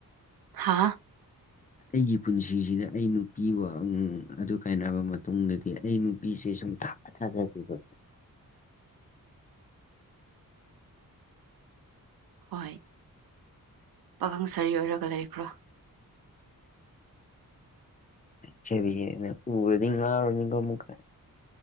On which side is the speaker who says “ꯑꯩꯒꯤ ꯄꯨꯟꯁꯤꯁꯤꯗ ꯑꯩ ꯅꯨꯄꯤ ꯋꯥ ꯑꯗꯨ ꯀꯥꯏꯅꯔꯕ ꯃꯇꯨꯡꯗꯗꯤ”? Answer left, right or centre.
Left